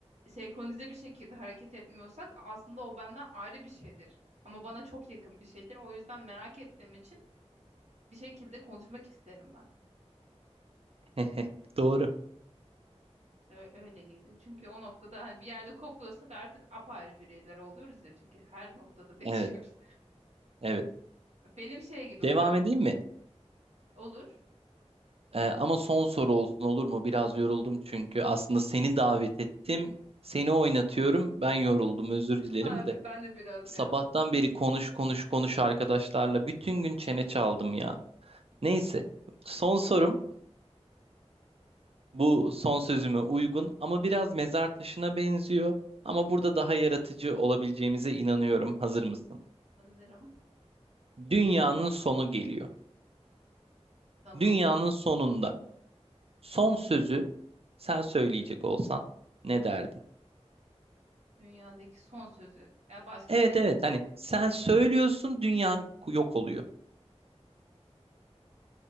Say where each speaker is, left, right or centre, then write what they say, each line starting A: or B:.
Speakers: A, on the right; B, on the right.
A: senkronize bir şekilde hareket etmiyorsak aslında o benden ayrı bir şeydir. Ama bana çok yakın bir şeydir. O yüzden merak ettiğim için bir şekilde konuşmak isterim ben.
B: <laughs> Doğru.
A: Ö- Öyle geliyor. Çünkü o noktada hani bir yerde kopuyorsak artık apayrı bireyler oluyoruz ya. Çünkü her noktada <laughs> değişiyoruz.
B: Evet, evet.
A: Benim şey gibi
B: Devam
A: fark
B: edeyim mi?
A: olur.
B: Ee, ama son soru olsun olur mu? Biraz
A: Aynen.
B: yoruldum çünkü. Aslında seni davet ettim. Seni oynatıyorum. Ben yoruldum. Özür dilerim
A: Abi
B: de.
A: ben de biraz
B: Sabahtan
A: ya. Güzel,
B: beri konuş konuş konuş arkadaşlarla bütün gün çene çaldım ya. Neyse.
A: güzel.
B: Son sorum
A: Evet.
B: bu son sözüme uygun ama biraz mezar taşına benziyor. Ama burada daha yaratıcı olabileceğimize inanıyorum. Hazır mısın?
A: Hazırım.
B: Dünyanın sonu geliyor.
A: Tamam.
B: Dünyanın sonunda son sözü sen söyleyecek olsan ne derdin?
A: Dünyadaki son sözü. Ya başka
B: Evet
A: bir
B: evet hani sen söylüyorsun dünya yok oluyor.